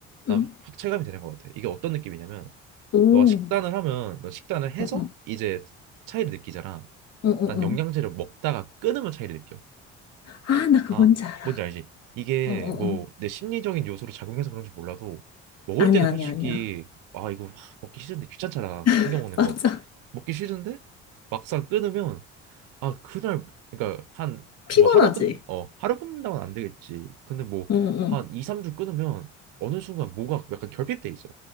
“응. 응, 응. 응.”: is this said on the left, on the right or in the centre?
Left